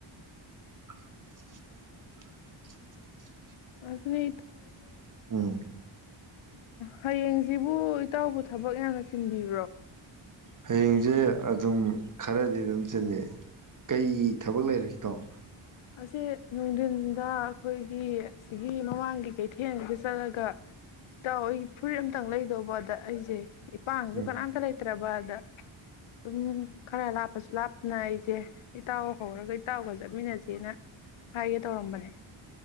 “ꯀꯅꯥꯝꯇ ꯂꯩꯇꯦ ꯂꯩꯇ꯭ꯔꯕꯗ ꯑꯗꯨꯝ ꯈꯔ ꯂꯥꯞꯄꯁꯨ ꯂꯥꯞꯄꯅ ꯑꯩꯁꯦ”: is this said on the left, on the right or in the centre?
Left